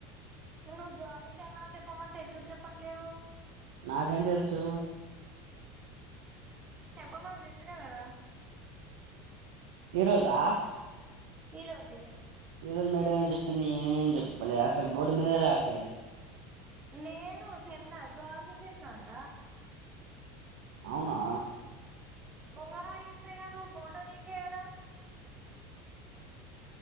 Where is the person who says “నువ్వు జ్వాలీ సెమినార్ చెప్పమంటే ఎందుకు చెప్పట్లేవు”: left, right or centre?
Right